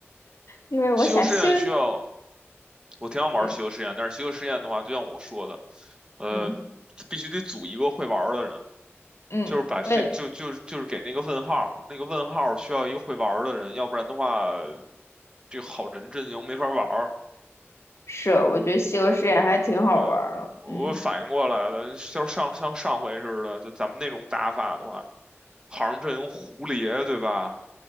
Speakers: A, on the left; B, on the right.
A: 因为我想休。
B: 西游试验需要，我挺想玩西游试验，
A: 对，
B: 但是西游试验的话，就像我说的，呃，
A: 嗯
B: 必须得组一个会玩儿的人，
A: 嗯，
B: 就是把这就就就是给那个问号，
A: 对。
B: 那个问号需要一个会玩儿的人，要不然的话，这个好人阵营没法玩儿。
A: 是，我觉得西游世界还挺好玩儿的。
B: 对啊，我反应过来了，
A: 嗯，
B: 就是上像上回似的，就咱们那种打法的话，好像阵营胡蝶，对吧？